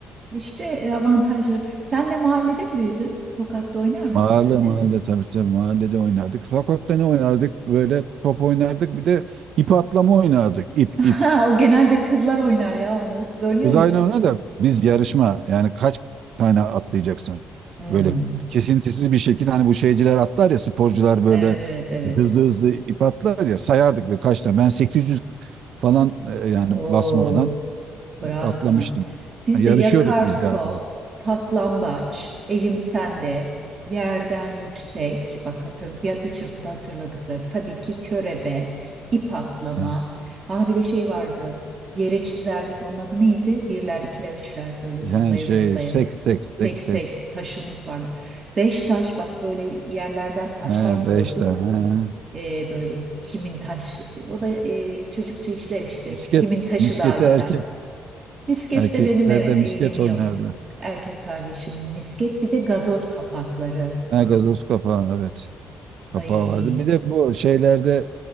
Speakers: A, on the right; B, on the right.
A: İşte e, avantajları. Sen de mahallede mi büyüdün? Sokakta oynar mıydın
B: Mahalle
A: mesela?
B: mahalle tabii tabii mahallede oynardık. Sokakta ne oynardık? Böyle top oynardık. Bir de ip atlama oynardık. İp
A: <laughs> Ha,
B: ip.
A: o genelde kızlar oynar ya onu. Siz oynuyor
B: Biz
A: muydunuz?
B: aynı ona da biz yarışma yani kaç tane atlayacaksın
A: Hmm.
B: böyle kesintisiz bir şekilde hani bu şeyciler atlar ya sporcular böyle
A: Evet evet.
B: hızlı hızlı ip atlar ya sayardık ve kaç tane ben 800 falan e, yani
A: Oo.
B: basmadan
A: Bravo
B: atlamıştım.
A: sana. Bizde
B: Yarışıyorduk
A: yakar
B: biz
A: top,
B: yani.
A: saklambaç, elim sende, yerden yüksek. Bak hatır, bir, bir çırpıda hatırladıklarım. Tabii ki körebe, ip atlama.
B: E,
A: Ah bir de şey vardı. Yere çizerdik. Onun adı neydi? Birler, ikiler, üçler böyle
B: Yani
A: zıplaya
B: şey
A: zıplaya.
B: sek sek sek
A: Seksek
B: sek.
A: taşımız vardı. Beş taş bak böyle yerlerden taşlar
B: He,
A: bulurduk.
B: beş tane.
A: Ee, böyle kimin taş o da e, çocukça işler işte.
B: Misket.
A: Kimin taşı
B: Misketi
A: daha güzel.
B: erkek.
A: Misket
B: Erkeklerde
A: de benim evet
B: misket
A: ilgim
B: oynardı.
A: yoktu. Erkek kardeşimin misket bir de gazoz kapakları.
B: Ha, gazoz kapağı evet.
A: Ay.
B: Kapağı vardı. Bir de bu şeylerde